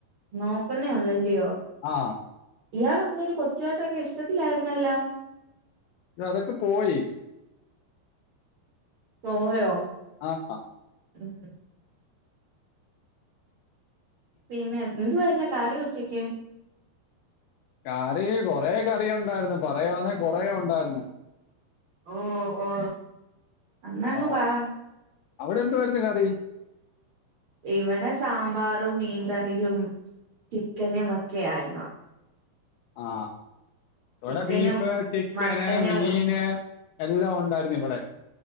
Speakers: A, on the right; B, on the left.
A: നോക്കുന്നേ ഉള്ളല്ലയോ
B: ആ
A: ഇയാൾ എന്തുവാ കൊച്ചെ കൊച്ചും ആയിട്ടൊക്കെ ഇഷ്ടത്തിലായിരുന്നല്ലോ
B: അതൊക്കെ പോയി
A: പോയോ
B: ആഹ
A: ഉം പിന്നെ എന്തുവായിരുന്നു കറി ഉച്ചക്ക്
B: കറി കൊറ കറി ഉണ്ടായിരുന്നു പറയുവാണേൽ കൊറേ ഉണ്ടായിരുന്ന്
A: ഓ ഓ എന്ന അങ്ങ്
B: ആ
A: പറാ
B: അവിടെ എന്തുവായിരുന്നു കറി
A: ഇവിടെ സാമ്പാറും മീൻകറിയും ചിക്കനും ഒക്കെ ആയിരുന്നു
B: ആ ഇവിടെ
A: ചിക്കനും
B: ബീഫ് ചിക്കന്
A: മട്ടനും
B: മീന് എല്ലാം ഒണ്ടായിരുന്നു ഇവിടെ